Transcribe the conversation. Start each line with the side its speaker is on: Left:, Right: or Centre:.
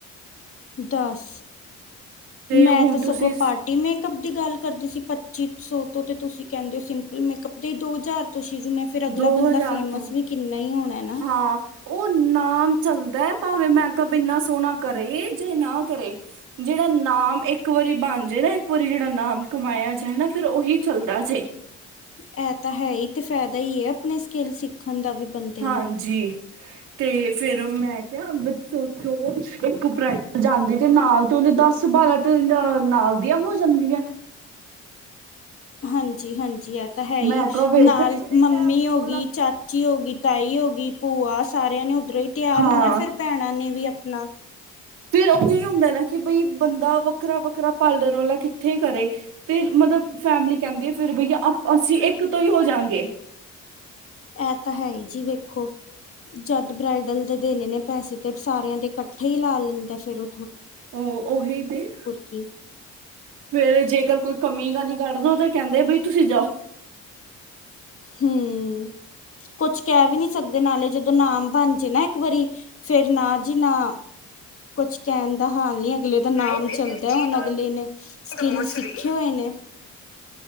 Left: ਦਸ।
Right: ਤੇ
Left: ਮੈਂ
Right: ਹੁਣ
Left: ਤਾਂ ਸਗੋਂ
Right: ਤੁਸੀਂ
Left: ਪਾਰਟੀ ਮੇਕਅੱਪ ਦੀ ਗੱਲ ਕਰਦੇ ਸੀ ਪੱਚੀ ਸੌ ਤੋਂ ਤੇ ਤੁਸੀਂ ਕਹਿੰਦੇ ਹੋ ਸਿੰਪਲ ਮੇਕਅੱਪ ਦੇ ਹੀ ਦੋ ਹਜ਼ਾਰ ਤੋਂ ਸ਼ੁਰੂ ਨੇ ਫਿਰ ਅਗਲਾ
Right: ਦੋ
Left: ਬੰਦਾ
Right: ਹਜ਼ਾਰ
Left: ਫੇਮਸ
Right: ਤੋਂ
Left: ਵੀ ਕਿੰਨਾ ਹੀ ਹੋਣਾ ਨਾ
Right: ਹਾਂ ਉਹ ਨਾਮ ਚੱਲਦਾ ਭਾਵੇਂ ਮੈਕਅਪ ਇੰਨਾ ਸੋਹਣਾ ਕਰੇ ਜਾਂ ਨਾ ਕਰੇ ਜਿਹੜਾ ਨਾਮ ਇੱਕ ਵਾਰੀ ਬਣ ਜੇ ਨਾ ਇੱਕ ਵਾਰੀ ਜਿਹੜਾ ਨਾਮ ਕਮਾਇਆ ਜਾਏ ਨਾ ਫਿਰ ਉਹੀ ਚੱਲਦਾ ਜੇ।
Left: ਇਹ ਤਾਂ ਹੈ ਹੀ ਤੇ ਫਾਇਦਾ ਹੀ ਹੈ ਆਪਣੇ ਸਕਿੱਲ ਸਿੱਖੋ। ਖੰਦਾ ਵੀ ਬਣਦੇ
Right: ਹਾਂਜੀ
Left: ਨੂੰ
Right: ਤੇ ਫੇਰ ਮੈਂ ਕਿਹਾ ਅੰਮ੍ਰਿਤ ਸੋਚੋ ਇੱਕ ਬ੍ਰਈਡਲ ਜਾਂਦੀ ਤੇ ਨਾਲ ਤੇ ਓਹਦੇ ਦਸ ਬਾਰਾਂ ਤੇ ਨਾਲ ਦੀਆ ਹੋ ਜਾਂਦੀ ਆ।
Left: ਹਾਂਜੀ-ਹਾਂਜੀ ਇਹ ਤਾਂ ਹੈ ਹੀ
Right: ਮੈਂ ਕਿਹਾ ਵੈਸੇ
Left: ਨਾਲ
Right: ਖੜੇ
Left: ਮੰਮੀ
Right: ਪੈਰ ਦੋ
Left: ਹੋ ਗਈ
Right: ਲੱਖ
Left: ਚਾਚੀ ਹੋ ਗਈ ਤਾਈ ਹੋ ਗਈ ਭੂਆ ਸਾਰਿਆਂ ਨੇ ਉੱਧਰੋਂ ਹੀ ਤਿਆਰ
Right: ਹਾਂ
Left: ਹੋਣਾ ਫਿਰ ਭੈਣਾਂ ਨੇ ਵੀ ਆਪਣਾ,
Right: ਫੇਰ ਉਹ ਕੀ ਹੁੰਦਾ ਨਾ ਕਿ ਬਈ ਬੰਦਾ ਵੱਖਰਾ-ਵੱਖਰਾ ਪਾਲਰ ਵਾਲਾ ਇੱਥੇ ਕਰੇ ਤੇ ਮਤਲਬ ਫੈਮਿਲੀ ਕਹਿੰਦੇ ਆ ਫੇਰ ਬਈਆ ਅਸੀਂ ਇੱਕ ਇੱਕ ਤੋਂ ਹੀ ਹੋ ਜਾਂਗੇ,
Left: ਇਹ ਤਾਂ ਹੈ ਹੀ ਜੀ ਵੇਖੋ ਜਦ ਬਰਾਈਡਲ ਦੇ ਦੇਣੇ ਨੇ ਪੈਸੇ ਤੇ ਸਾਰਿਆਂ ਦੇ ਇਕੱਠੇ ਹੀ ਲਾ ਲੈਂਦਾ ਫਿਰ ਔ,
Right: ਉਹ ਉਹੀ ਤੇ
Left: ਕੀ
Right: ਫੇਰ ਜੇਕਰ ਕੋਈ ਕਮੀਆ ਨਹੀ ਕੱਢੇਗਾ। ਦੋ ਤੇ ਕਹਿੰਦੇ ਬਈ ਤੁਸੀਂ ਜਾਓ।
Left: ਹੂੰ, ਕੁਛ ਕਹਿ ਵੀ ਨੀ ਸਕਦੇ ਨਾਲੇ ਜਦੋਂ ਨਾਮ ਬਣਜੇ ਨਾ ਇੱਕ ਵਾਰੀ ਫੇਰ ਨਾ ਜੀ ਨਾ ਕੁਛ ਕਹਿਣ ਦਾ ਹਾਲ ਨੀ ਅਗਲੇ ਦਾ ਨਾਮ ਚੱਲਦਾ ਹੁਣ ਅਗਲੇ ਨੇ ਸਕਿਲ ਸਿੱਖੇ ਹੋਏ ਨੇ,